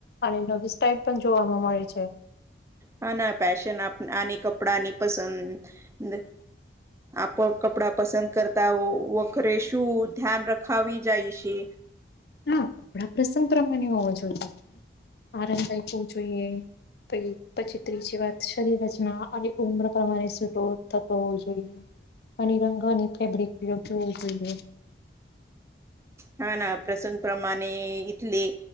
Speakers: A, on the left; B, on the right.
A: અને નવી સ્ટાઈલ પણ જોવાવામાં મળે છે.
B: હા, ના ફેશન આની કપડાની પસંદ
A: <inaudible> <unintelligible>
B: આપ કપડા પસંદ કરતા વખરે શું ધ્યાન રખાવી જાયશે?
A: હા, કપડા પ્રસંગ પ્રમાણે હોવા જોઈએ. આરામ દાયક હોવું જોઈએ પ પછી ત્રીજી વાત શરીરચના અને ઉમર પ્રમાણે થતો હોવો જોઈએ અને રંગોની ફેબ્રિકયોગ જોવો જોઈએ.
B: હા, ના પ્રસંગ પ્રમાણે ઈથલે